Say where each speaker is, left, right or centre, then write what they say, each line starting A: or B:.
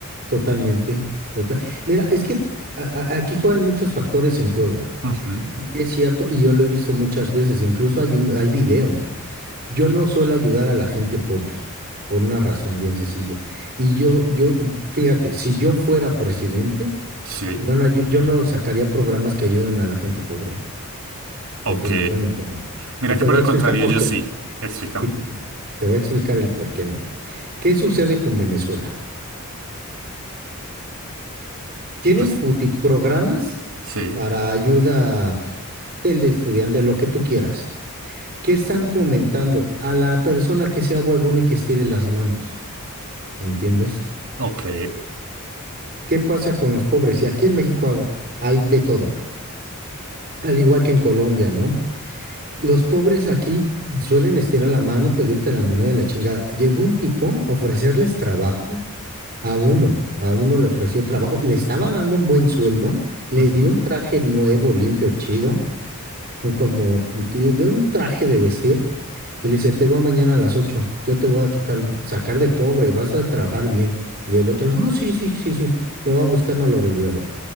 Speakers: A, on the right; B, on the right.
A: Totalmente, total. Mira, es que a- a- aquí juegan muchos factores en juego.
B: Ujú,
A: Y es cierto, y yo lo he visto muchas veces, incluso hay un- hay videos. Yo no suelo ayudar a la gente pobre, por una razón bien sencilla. Y yo, yo, fíjate, si yo fuera presidente,
B: Sí,
A: yo no, ayu- yo no sacaría programas que ayuden a la gente pobre.
B: ok.
A: Definitivamente no.
B: Mira
A: Y te
B: que por
A: voy
B: el
A: a explicar
B: contrario,
A: por
B: yo
A: qué.
B: sí. Explícame.
A: Y te te voy a explicar el por qué no. ¿Qué sucede con Venezuela? Tienen
B: Pues
A: puti programas
B: sí,
A: para ayuda f- del de estudiante, lo que tú quieras. ¿Qué están fomentando? A la persona que sea huevona y que estire las manos. ¿Me entiendes?
B: ok.
A: ¿Qué pasa con los pobres? Y aquí en México hay de todo, al igual que en Colombia, ¿no? Los pobres aquí suelen estirar la mano, pedirte la moneda de la chingada. Llegó un tipo a ofrecerles trabajo a uno, a uno le ofreció trabajo, le estaba dando un buen sueldo, le
B: ujú,
A: dio un traje nuevo, limpio, chido un- como que- de un traje de vestir y le dice, te veo mañana a las ocho yo te voy a quitar, sacar de pobre, vas a trabajar bien. Y el otro, no, sí, sí, sí, sí, lo va a buscar, no lo volvió a ver.